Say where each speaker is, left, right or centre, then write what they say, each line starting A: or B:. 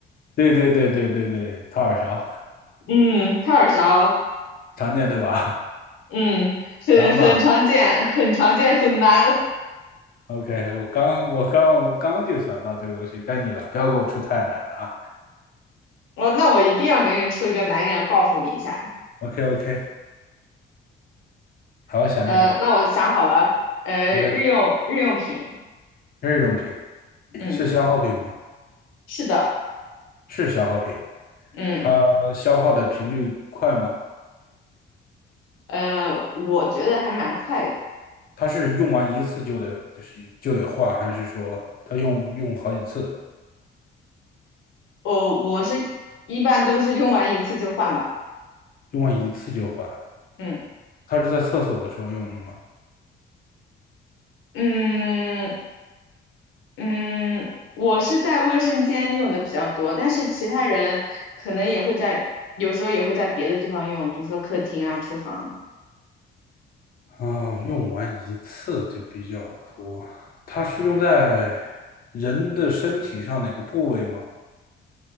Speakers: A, on the left; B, on the left.
A: 对对对对对对，掏耳勺，
B: <laughs> 嗯，掏耳勺，
A: <laughs> 常见对吧？
B: 嗯，很很常见，
A: <laughs> 难吧？
B: 很常见，很难。
A: OK，我刚我刚我刚就想到这个东西，该你了，不要给我出太难的啊。
B: 我那我一定要给你出一个难一点报复你一下。
A: OK OK，好好想一想。
B: 呃，那我想好了，呃，
A: OK，
B: 日用日用品，
A: 日用品
B: 嗯，
A: 是消耗品吗？
B: 是的，
A: 是消耗品，
B: 嗯，
A: 它消耗的频率快吗？
B: 呃，我觉得还蛮快的，
A: 它是用完一次就得就是就得换，还是说它用用好几次，
B: 我我是一般都是用完一次就换吧，
A: 用完一次就换？
B: 嗯。
A: 它是在厕所的时候用的吗？
B: 嗯嗯，我是在卫生间用的比较多，但是其他人可能也会在，有时候也会在别的地方用，比如说客厅啊、厨房啊，
A: 啊、用完一次就比较多。它是用在人的身体上哪个部位吗？